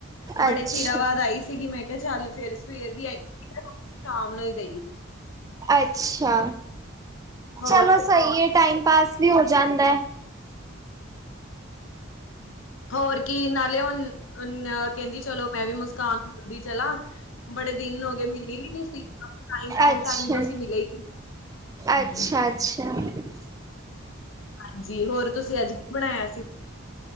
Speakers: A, on the left; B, on the right.
A: ਬੜੇ
B: ਅੱਛਾ
A: ਚੀਰਾਵਾਦ ਆਈ ਸੀਗੀ ਮੈਂ ਕਿਹਾ ਚੱਲ ਫੇਿਰ ਸਵੇਰ ਦੀ ਆਈ ਹੋਈ ਸ਼ਾਮ ਨੂੰ ਈ ਗਈ।
B: ਅੱਛਾ
A: ਹੋਰ
B: ਚਲੋ ਸਈ ਐ ਟਾਈਮ- ਪਾਸ ਵੀ ਹੋ ਜਾਂਦਾ।
A: ਹੋਰ ਕੀ ਨਾਲੇ ਹੁਣ ਕਹਿੰਦੀ ਚਲੋ ਮੈਂ ਵੀ ਮੁਸਕਾਨ ਨੂ ਮਿਲਦੀ ਚਲਾਾਂ ਬੜੇ ਦਿਨ ਹੋ ਗਏ ਮਿਲੀ ਵੀ ਨੀ ਸੀ। ਲੋਂਗ
B: ਅੱਛਾ
A: ਟਮ ਤੋਂ ਅਸੀਂ ਮਿਲੇ ਸੀ ਹ
B: ਅੱਛਾ
A: ਹ
B: <unintelligible>
A: ਹਾਂਜੀ ਹੋਰ ਤੁਸੀਂ ਅੱਜ ਕੀ ਬਣਾਇਆ ਸੀ